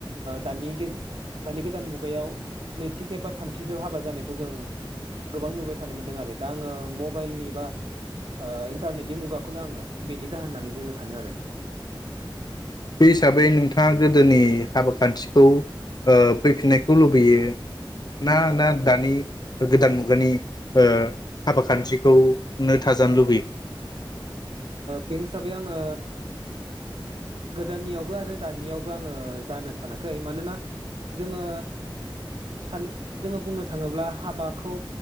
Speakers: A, on the right (about 85°); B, on the left (about 50°).
A: दानि दानि गोदान मुगायाव नैथि खेब बा थामथि खेब हाबा जानायखौ जों गोबां नुबाय थानो मोनदों आरो दा आङो मबाइलनि बा इन्टारनेटनि मुगाखौनो आङो बेनि जाहोन होननानै बुंनो सानो आरो
B: बे हिसाबै नोंथाङा गोदोनि हाबा खान्थिखौ फैफिननायखौ लुबैयो ना ना दानि गोदान मुगानि हाबा खान्थिखौनो थाजानो लुबैयो।
A: बे हिसाबै आङो गोदाननियावबो आरो दानियावबो आङो जानो सानाखै मानोना जोङो सान जोङो बुंनो थाङोब्ला हाबाखौ